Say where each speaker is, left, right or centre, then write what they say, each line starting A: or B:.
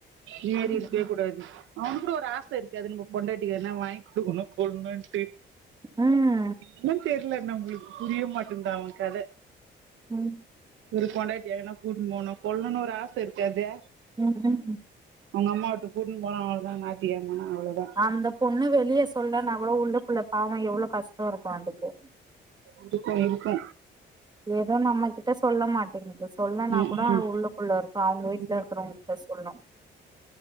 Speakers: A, on the right; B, on the right.
A: இது மாரி
B: ம்
A: இருக்கவே கூடாது அவுனுக்கு கூட ஒரு ஆச இருக்காது நம்ப பொண்டாட்டிக்கு எதுனா வாங்கி குடுக்கணு கொள்னுட்டு
B: அ
A: இன்னு தெர்ல நம்மளுக்கு புரிய மாட்டேங்குது அவுங்க கட
B: ம்
A: ஒரு பொண்டாட்டிய எங்கனா கூட்டுனு போணு கொள்னோன்னு ஒரு ஆச இருக்காது
B: ம் ம்
A: அவுங்க அம்மா வூட்டுக்கு கூட்டுனு போனா நல்லாருக்கு நாய்த்தி கெழம அவ்ளோதா
B: அந்த பொண்ணு வெளிய சொல்லனா கூட உள்ளுக்குள்ள பாவோ எவ்ளோ கஷ்டோ இருக்கு அதுக்கு
A: இதுக்கு இதுக்கு
B: ஏதோ நம்ம கிட்ட சொல்ல மாட்டேங்குது சொல்லனா
A: ம்
B: கூட உள்ளுக்குள்ள இருக்கு அவுங்க வீட்ல
A: ம்
B: இருக்கறவங்க ட சொல்னு